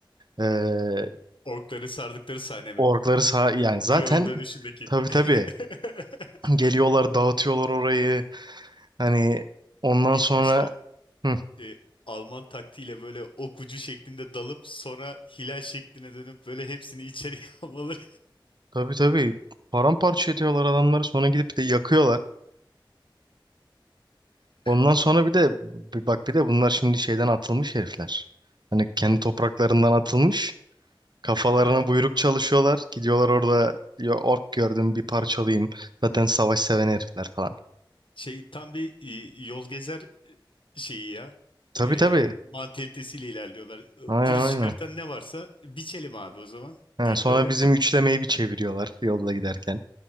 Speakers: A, on the right (about 55°); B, on the left (about 75°).
A: Ee,
B: Orkları sardıkları sahne mi?
A: orkları sağ yani zaten
B: Kralın dönüşündeki.
A: tabii tabii
B: <laughs>
A: geliyorlar dağıtıyorlar orayı hani ondan
B: İlk
A: sonra
B: başta
A: hı,
B: e, Alman taktiğiyle böyle ok ucu şeklinde dalıp sonra hilal şekline dönüp böyle hepsini içeriye <laughs> almaları.
A: tabii tabii paramparça ediyorlar adamları sonra gidip de yakıyorlar. Ondan
B: Ha,
A: sonra bir de bir bak bir de bunlar şimdi şeyden atılmış herifler. Hani kendi topraklarından atılmış. Kafalarına
B: Evet.
A: buyruk çalışıyorlar. Gidiyorlar orada ya ork gördüm bir parçalayayım. Zaten savaş seven herifler falan.
B: Şey tam bir e, yol gezer e, şeyi ya.
A: Tabii
B: E,
A: tabii.
B: mantalitesiyle ilerliyorlar. E,
A: Aynen
B: Pürüz
A: aynen.
B: çıkartan ne varsa biçelim abi o zaman
A: Ha,
B: deyip
A: sonra
B: böyle
A: bizim üçlemeyi bir çeviriyorlar yolda giderken.